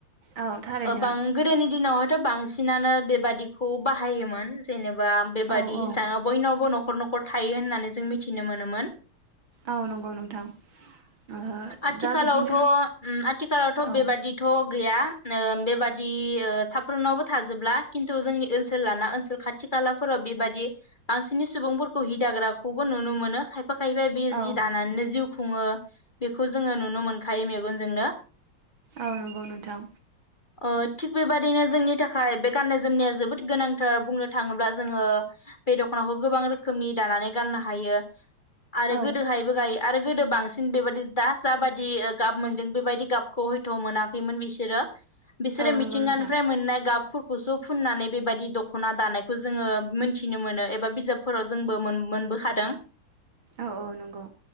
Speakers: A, on the right; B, on the left.
A: औ थारैनो
B: ओ बां गोदोनि दिनावहायथ बांसिनानो बेब बादिखौ बाहायोमोन जेने बा बेबादि
A: औ
B: हि
A: औ
B: बयनावबो नखर नखर थायो होननानै जों मिथिनो मोनोमोन
A: औ नंगौ नोंथां ओ
B: आथिखालावथ
A: दा बिदिनो
B: ओम आथिखालावथ
A: औ
B: बेबादिथ गैया ओ बेबादि ओ साफ्रोमनावबो थाजोबला खिन्थु जोंनि ओनसोल लाना ओनसोल खाथि खालाफोराव बेबायदि बांसिननि सुबुंफोरखौ हिदाग्राखौबो नुनो मोनो खायफा खायफा-खाहैबाय बे
A: औ
B: जि दानानैनो जिउ खुङो बेखौ जोङो नुनो मोनखायो मेगनजोंनो
A: औ नंगौ नोंथां
B: ओ थिग बेबादिनो जोंनि थाखाय बे गाननाय जोमनाया जोबोद गोनांथार बुंनो थाङोब्ला जोङो बे दख'नाखौ गोबां रोखोमनि दानानै गाननो हायो। आरो
A: औ
B: गोदोहायबो गायो आरो गोदो बां सिन बेबायदि दास जाबादि गाब मोनदों बेबायदि गाबखौ हयथ' मोनाखैमोन बि बोरों बिसोरो
A: औ नंगौ
B: मिथिंगानिफ्राय
A: नोंथां
B: मोननाय गाब खौसो फुननानै बेबायदि दख'ना दानायखौ जोङो मोनथि थिनो मोनो एबा बिजाबफोराव जोंबो मोनबोखादों।
A: औ औ नंगौ